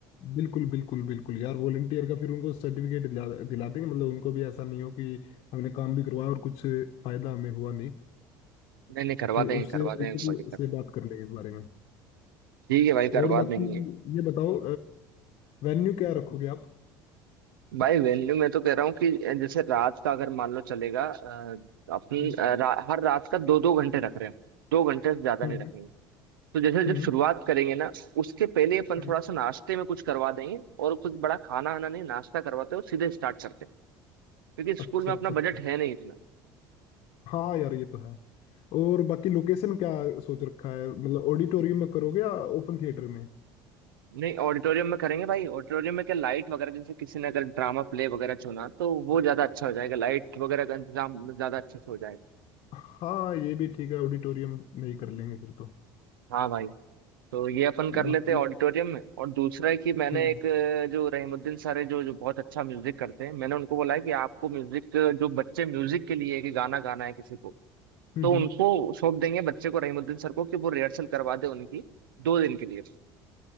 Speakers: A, on the left (about 60°); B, on the right (about 80°).
A: बिल्कुल बिल्कुल बिल्कुल यार वॉलेंटियर का फिर उनको सर्टिफिकेट दिला दिला देंगे मतलब उनको भी ऐसा नहीं हो कि हमने काम भी करवाया और कुछ फायदा हमें हुआ नहीं
B: नहीं नहीं करवा
A: ठीक
B: देंगे
A: उससे
B: करवा देंगे
A: प्रिंसिपल
B: कोई दिक्कत
A: से बात कर लेंगे इस बारे में
B: ठीक है भाई करवा
A: और बाकी
B: देंगे
A: ये बताओ वेन्यू क्या रखोगे आप
B: भाई वेन्यू मैं तो कह रहा हूँ कि जैसे रात का अगर मान लो चलेगा अ, अपन
A: हम्म
B: अ, रा, हर रात का दो दो घंटे रख रहे हैं दो घंटे से ज्यादा
A: हम्म
B: नहीं रखेंगे तो जैसे जब
A: हम्म
B: शुरुआत करेंगे ना उसके पहले अपन
A: हम्म,
B: थोड़ा सा नाश्ते में कुछ करवा देंगे और कुछ बड़ा खाना आना नहीं नाश्ता करवाते हो सीधे स्टार्ट करते हैं क्योंकि
A: अच्छा
B: स्कूल में
A: अच्छा
B: अपना
A: अच्छा
B: बजट है नहीं इतना
A: हाँ यार ये तो है और बाकी लोकेशन क्या सोच रखा है मतलब ऑडिटोरियम में करोगे या ओपन थिएटर में
B: नहीं ऑडिटोरियम में करेंगे भाई ऑडिटोरियम में क्या लाइट वगैरह जैसे किसी ने अगर ड्रामा प्ले वगैरह चुना तो वो ज्यादा अच्छा हो जाएगा लाइट वगैरह का इंतजाम ज्यादा अच्छे से हो जाएगा
A: हाँ ये भी ठीक है ऑडिटोरियम में ही कर लेंगे फिर तो
B: हाँ भाई तो ये अपन कर
A: बाकी
B: लेते हैं ऑडिटोरियम में और दूसरा है कि मैंने
A: हम्म
B: एक अ, जो रहमुद्दीन सर है जो जो बहुत अच्छा म्यूजिक करते हैं मैंने उनको बोला है कि आपको म्यूजिक जो बच्चे म्यूजिक के लिए कि गाना गाना है किसी को
A: हम्म
B: तो
A: हम्म।
B: उनको सौंप देंगे बच्चे को रहीमुद्दीन सर को कि वो रिहर्सल करवा दे उनकी दो दिन के लिए